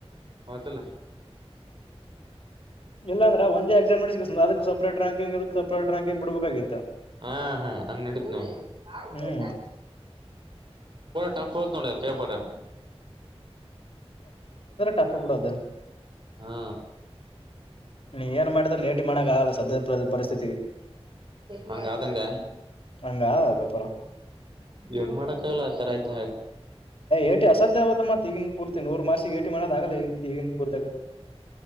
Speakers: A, on the right (about 50°); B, on the left (about 60°).
A: ಹೌತ್ತಲ್ಲ
B: ಇಲ್ಲ ಅಂದ್ರ ಒಂದ ಎಕ್ಸಾಮ್ ಅದಕ್ ಸಪ್ರೇಟ್ ರಕಂಕಂಗ್ ಇದಕ್ ಸಪ್ರೇಟ್ ರ್ಯಾಂಿಂಗ್ ಬಿಡ್ಬೇಕಾಗಿತ್ತು
A: ಹಾ ಹಾ ಅಂಗ ಎನರ
B: ಹ್ಮ್
A: ಟ್ ಹದ ನೋಡ ಪೇಪರ್
B: ಟಪ್ಪ ಕೂಡದು
A: ಹಾ
B: ನೀ ಏನ್ ಮಾಡಿದ್ರ ನೇಟಿ ಮಾಡೋಕ್ ಆಗಲ್ಲ ಸದ್ಯ ಪರಿಸ್ಥಿತಿ
A: ಹಂಗಾದಂಗ
B: ಹಂಗಪರ
A: ವನ್ ಮಾಡಕ್ ಗಲ್ಲ ಆ ತರ ಆಯ್ತ ಮ
B: ಏಟಿ ಅಸಾಧ್ಯ ಆದ ಮತ್ತತ್ ಈಗಿನ ಪೂರ್ತಿ ನೂರು ಮಾರ್ಷಕ್ಕೆ ಏಟಿ ಮೋದ ಆಗಲ್ಲ ಈಗಿನ ಪೂರ್ತಿಿಯಗ